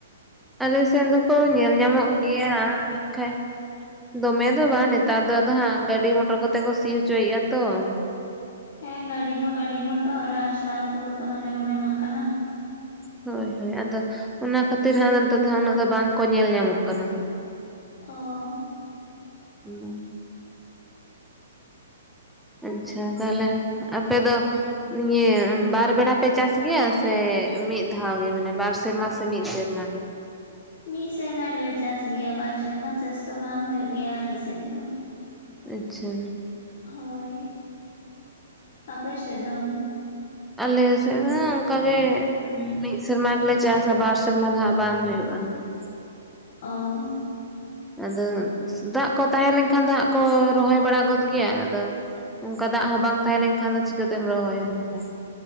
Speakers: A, in the centre; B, on the left.
A: ᱟᱞᱮᱥᱮᱱ ᱫᱚ-ᱠᱚ ᱧᱮᱞ ᱧᱟᱢᱚ-ᱜ ᱜᱮᱭᱟ᱾ ᱢᱮᱱᱠᱷᱟᱡ ᱫᱚᱢᱮ ᱫᱚ ᱵᱟᱝ᱾ ᱱᱮᱛᱟᱨ ᱫᱚ ᱟᱫᱚ ᱦᱟᱸᱜ ᱜᱟᱹᱰᱤ ᱢᱚᱸᱴᱚᱨ ᱠᱚᱛᱮ ᱠᱚ, ᱥᱤ ᱦᱚᱪᱚᱭᱮ-ᱜ ᱟᱛᱚ ᱾
B: ᱦᱮᱸ ᱜᱟᱹᱰᱤ ᱦᱚᱸ ᱜᱟᱹᱰᱤ ᱢᱚᱴᱚᱨ, ᱟᱨ ᱥᱟᱨ ᱯᱷᱳᱞ ᱠᱚ ᱫᱚᱢᱮ ᱵᱚᱱ ᱮᱢᱟᱜ ᱠᱟᱱᱟ᱾
A: ᱦᱳᱭ, ᱦᱳᱭ ᱟᱫᱚ ᱚᱱᱟ ᱠᱷᱟᱹᱛᱤᱨ ᱦᱟᱸᱜ, ᱱᱤᱛᱚᱜ ᱫᱚ ᱩᱱᱟᱹᱜ ᱫᱚ ᱵᱟᱝ ᱠᱚ ᱧᱮᱞ ᱧᱟᱢᱚ-ᱜ ᱠᱟᱱᱟ ᱾ᱦᱟᱜ
B: ᱚᱸ
A: ᱦᱩᱸ ᱟᱪᱪᱷᱟ ᱛᱟᱦᱞᱮ ᱟᱯᱮ ᱫᱚ ᱱᱤᱭᱟᱹ ᱵᱟᱨ ᱵᱮᱲᱟ ᱯᱮ ᱪᱟᱥ ᱜᱮᱭᱟ᱾ ᱥᱮ ᱢᱤᱫ ᱫᱷᱟᱣ ᱜᱮ, ᱢᱟᱱᱮ ᱵᱟᱨ ᱥᱮᱨᱢᱟ ᱥᱮ ᱢᱤᱫ ᱥᱮᱨᱢᱟ ᱜᱮ?
B: ᱢᱤᱫ ᱥᱮᱨᱢᱟ ᱜᱮᱞᱮ ᱪᱟᱥ ᱜᱮᱭᱟ᱾ ᱵᱟᱨ ᱥᱮᱨᱢᱟ ᱪᱟᱥ ᱫᱚ ᱵᱟᱝ ᱦᱩᱭᱩ-ᱜ ᱜᱮᱭᱟ᱾ ᱟᱞᱮᱥᱮᱜ ᱫᱚ᱾
A: ᱟᱪᱪᱷᱟ
B: ᱦᱳᱭ ᱾ᱟᱯᱮ ᱥᱮᱫ ᱫᱚ?
A: ᱟᱞᱮ ᱥᱮᱜ ᱦᱚᱸ ᱚᱱᱠᱟᱜ ᱜᱮ ᱢᱤᱫ ᱥᱮᱨᱢᱟ ᱜᱮᱞᱮ ᱪᱟᱥ-ᱟ᱾ ᱵᱟᱨ ᱥᱮᱨᱢᱟ ᱫᱚ ᱦᱟᱜ ᱵᱟᱝ ᱦᱩᱭᱩᱜ-ᱟ ᱾ᱦᱟᱜ
B: ᱚᱸ
A: ᱟᱫᱚ ᱫᱟᱜ ᱠᱚ ᱛᱟᱦᱮᱸ ᱞᱮᱱᱠᱷᱟᱱ, ᱫᱟᱜ ᱠᱚ ᱨᱚᱦᱚᱭ ᱵᱟᱲᱟ ᱜᱚᱫ ᱜᱮᱭᱟ᱾ ᱟᱫᱚ ᱚᱱᱠᱟ ᱫᱟᱜ ᱦᱚᱸ ᱵᱟᱝ ᱛᱟᱦᱮᱸ ᱞᱮᱱ ᱠᱷᱟᱱ ᱫᱚ᱾ ᱪᱤᱠᱟᱹᱛᱮᱢ ᱨᱚᱦᱚᱭᱟ᱾ ᱨᱚᱦᱚᱭᱟ᱾